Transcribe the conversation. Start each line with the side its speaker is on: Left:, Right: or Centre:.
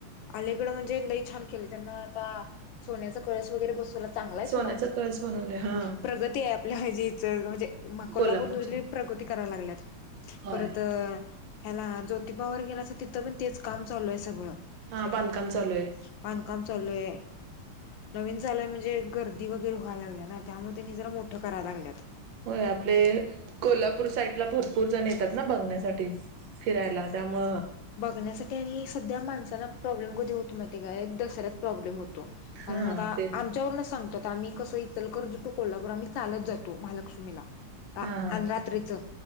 Left: आलीकडं म्हणजे लई छान केले त्यांना आता सोन्याचा कळस वगैरे बस तुला चांगला आहे सोडा
Right: सोन्याचा कळस बनवले हा
Left: प्रगती आहे आपल्या हजीच म्हणजे कोल्हापूर
Right: कोल्हापूरचे
Left: प्रगती करायला लागल्यात
Right: होय
Left: परत ह्याला ज्योतिबावर गेला अस तिथं पण तेच काम चालू आहे सगळं
Right: हा बांधकाम चालू आहे
Left: बांधकाम चालू आहे नवीन चालूय म्हणजे घरदी वगरे व्हाय लाग ना त्यामुळे त्यांनी जरा मोठं करायला लागल्यात.
Right: होय आपले कोला नागपूर साईड ला भरपूर जण येतात ना बघण्यासाठी फिरायला त्यामुं
Left: बघण्यासाठी आणि सध्या माणसना प्रॉब्लेम कधी होतो म ते गा दसऱ्यात प्रॉब्लेम होत कारण
Right: हा
Left: आता
Right: ते
Left: आमच्यावर सांगतो आम्ही कसं इथल कर्ज टू कोल्हापूर आम्ही चालत जातो महालक्ष्मीला रा
Right: हा हा
Left: आं रात्रीचं